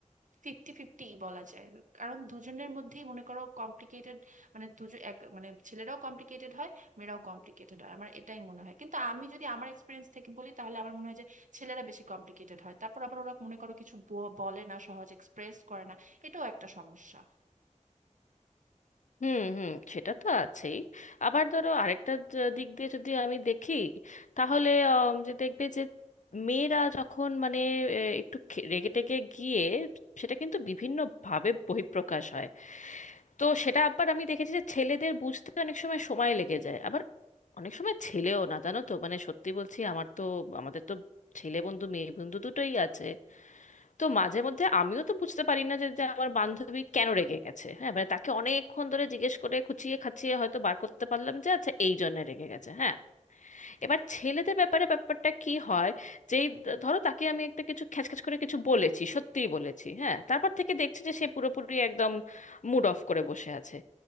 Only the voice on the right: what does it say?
ফিফটি ফিফটি বলা যায় কারণ দুজনের মধ্যেই মনে করো কমপ্লিকেটেড মানে দুজন এক মানে ছেলেরাও কমপ্লিকেটেড হয় মেয়েরাও কমপ্লিকেটেড হয় আমার এটাই মনে হয় কিন্তু আমি যদি আমার এক্সপিরিয়েন্স থেকে বলি তাহলে আমার মনে হয় যে ছেলেরা বেশি কমপ্লিকেটেড হয় তারপর আবার ওরা মনে করো কিছু ব- বলে না সহজ এক্সপ্রেস করে না এটাও একটা সমস্যা